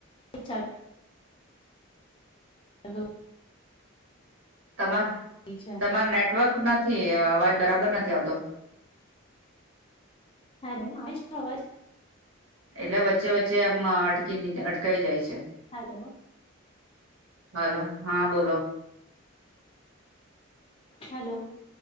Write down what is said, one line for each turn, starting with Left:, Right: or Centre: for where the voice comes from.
Left: અચ્છા હલ્લો.
Right: તમાર
Left: છે.
Right: તમાર નેટવર્ક નથી અવાજ બરાબર નથી આવતો.
Left: હલ્લો આવે છે આવાજ
Right: એટલે વચ્ચે વચ્ચે આમ અટકી અટકાય જાય છે.
Left: હેલો
Right: હલ્લો હા બોલો
Left: હલ્લો.